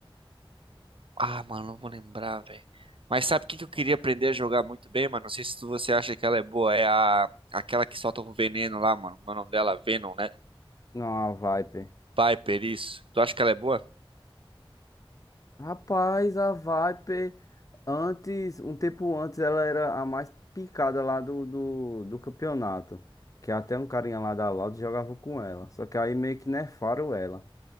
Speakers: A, on the right (about 70°); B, on the left (about 35°).
A: Ah, mano, não vou lembrar, velho. Mas sabe o que que eu queria aprender a jogar muito bem, mano? Não sei se tu- você acha que ela é boa, é a aquela que solta o veneno lá, mano. Como é o nome dela? Venom, né?
B: Não, a Viper.
A: Piper, isso. Tu acha que ela é boa?
B: Rapaz, a Viper, antes, um tempo antes, ela era a mais picada lá do, do, do campeonato. Que até um carinha lá da Loud jogava com ela. Só que aí meio que nerfaram ela.